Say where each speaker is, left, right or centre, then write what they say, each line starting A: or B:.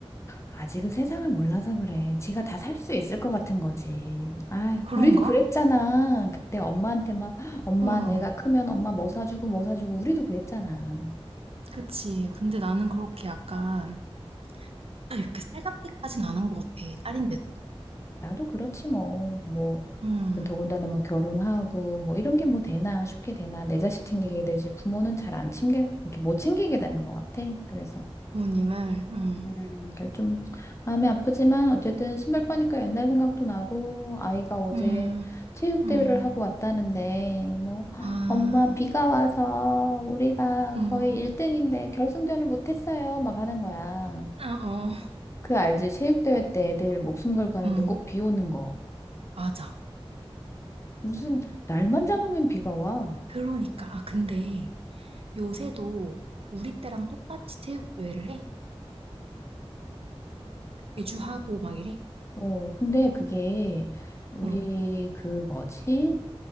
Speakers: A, on the left; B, on the right.
A: 아직은 세상을 몰라서 그래. 지가 다 살 수 있을 것 같은 거지. 아,
B: 그런가?
A: 우리도 그랬잖아. 그때 엄마한테 막, 엄마,
B: 응.
A: 내가 크면 엄마 뭐 사주고 뭐 사주고, 우리도 그랬잖아.
B: 그치. 근데 나는 그렇게 약간 아, 이렇게 살갑게까지는 안 한 것 같아. 딸인데도.
A: 나도 그렇지 뭐. 뭐.
B: 음,
A: 그 더군다나 뭐 결혼하고 뭐 이런 게 뭐 되나 쉽게 되나 내 자식 챙기게 되지 부모는 잘 안 챙겨 이렇게 못 챙기게 되는 것 같아. 그래서
B: 부모님을, 음,
A: 음, 그좀 마음이 아프지만 어쨌든 신발 빠니까 옛날 생각도 나고 아이가 어제
B: 음,
A: 체육
B: 음,
A: 대회를 하고 왔다는데 뭐 "헉,
B: 아,
A: 엄마 비가 와서 우리가
B: 음,
A: 거의 1등인데 결승전을 못 했어요. 막 하는 거야.
B: 아, 어,
A: 그 알지? 체육 대회 때 애들 목숨 걸고 하는데
B: 음,
A: 꼭 비 오는 거.
B: 맞아.
A: 무슨 날만 잡으면 비가 와.
B: 그러니까. 아, 근데 요새도 우리 때랑 똑같이 체육대회를 해? 개주하고 막 이래?
A: 어, 근데 그게 우리
B: 응,
A: 그 뭐지?